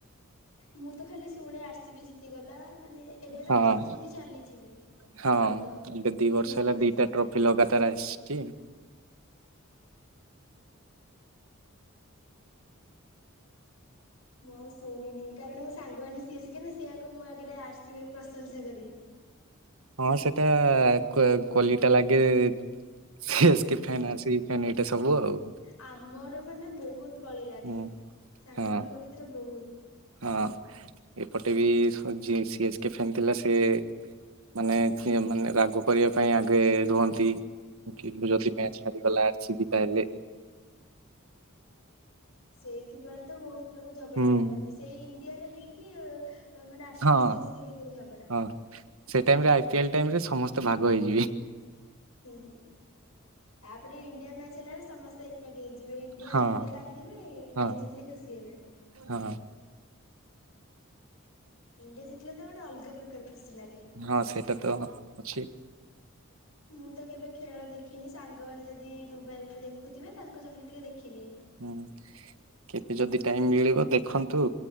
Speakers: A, on the left (about 80°); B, on the right (about 80°).
A: ମୁଁ ତ ଖାଲି ଶୁଣେ ଆର୍ସି ବି ଜିତିଗଲା ମାନେ ଏବେ ତ
B: ହଁ
A: ଆର୍ସି ବି ଜିତି ଚାଲିଛି ବି।
B: ହଁ
A: ଅଧିକ
B: ଏବେ ଦି ବର୍ଷ
A: ସିଏସ୍
B: ହେଲା
A: କେ
B: ଦିଟା
A: ଜିତୁଥିଲା
B: ଟ୍ରଫି ଲଗାତାର ଆସି ଚି।
A: ଓହୋ। <inaudible> ନି କାରଣ ମୋ ସାଙ୍ଗମାନେ ସିଏସ୍ କେ ନା ସିଏ ଆଗ ମୋ ଆଗେରେ ଆର୍ସି ବି ର ପ୍ରଶଂସା କରିବେ।
B: ହଁ ସେଟା କ କଲିଟା ଲାଗେ ସିଏସ୍
A: ହଁ
B: କେ ଫ୍ୟାନ୍ ଅଛି ଫ୍ୟାନ୍ ଏଇଟା ସବୁ ଆଉ।
A: ଆମର ମାନେ ବହୁତ୍ କଳି ଲାଗେ
B: ହୁଁ
A: ସାଙ୍ଗ
B: ହଁ
A: ମାନଙ୍କ ଭିତେରେ ବହୁତ୍।
B: ହଁ ଏପଟେ ବି ସଚି ସିଏସ୍ କେ ଫ୍ୟାନ୍ ଥିଲା ସେ ମାନେ ଏଥି ମାନେ ରାଗ କରିଆ ପାଇଁ ଆଗେ ରୁହନ୍ତି <inaudible> ଓ କେ
A: ହଁ।
B: ଯଦି ମ୍ୟାଚ୍ ହାରିଗଲା ଆର୍ସି ବି ତା ହେଲେ
A: ସେଇଥିପାଇଁ ତ ବହୁତ୍ ଲୋକ ଝଗଡା
B: ହୁଁ
A: ଲାଗନ୍ତି ସେଇ ଇଣ୍ଡିଆର ହେଇକି ଅ ତ ମାନେ R C
B: ହଁ
A: B C S K ଭିତେରେ ଝଗଡା।
B: <inaudible> ହଁ ସେ ଟାଇମ୍ ରେ ଆଇ ପିଏଲ୍ ଟାଇମ୍ ରେ ସମସ୍ତେ ଭାଗ ହେଇଯିବେ।
A: ହୁଁ ହୁଁ ତାପରେ ଇଣ୍ଡିଆ ମ୍ୟଚ୍ ହେଲା ବେଳେ ସମସ୍ତେ ଏକାଠି ହେଇଯିବେ ଇଣ୍ଡିଆ
B: ହଁ
A: ହାରିଲେ କାନ୍ଦିବେ ଇଣ୍ଡିଆ
B: ହଁ
A: ଜିତିଲେ ଖୁସି ହେବେ।
B: ହଁ।
A: ଇଣ୍ଡିଆ ଜତିଲେ ତ ଗୋଟେ ଅଲଗା ପ୍ରକାର ଖୁସି ଲା
B: ହଁ ସେଇଟା ତ ଅଛି।
A: ମୁଁ ତ କେବେ ଖେଳ ଦେଖିନି ସାଙ୍ଗମାନେ ଯଦି ମୋବାଇଲ୍ ଦେଖୁ ଥିବେ ତାଙ୍କ ସାଙ୍ଗେରେ ଟିକେ ଦେଖିଦିଏ।
B: ହୁଁ କେବେ ଯଦି ଟାଇମ୍ ମିଳିବ ଦେଖନ୍ତୁ